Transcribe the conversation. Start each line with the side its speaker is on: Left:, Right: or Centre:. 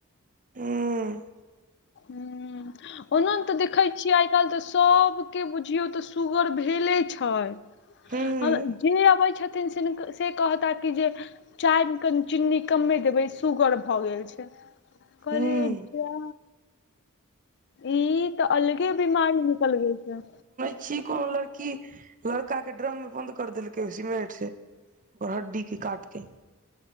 Right: हूँ।
Left: ह ओना तऽ देखैत छियै आइ काल्हि तऽ सभ। के बुझियौ तऽ सुगर भेले छै
Right: हूँ
Left: जे अबै छथिन सिनका से कहता कि जे चाय मे कनी चिन्नी कमे देबै सुगर भऽ गेल छै। कहलियै
Right: हूँ
Left: जा। ई तऽ अलगे बीमारी निकल गेल है।
Right: छी कोनो लड़की लड़का के ड्रम मे बंद कर देलकै ओ सिमेट से ओकर हड्डीके काट के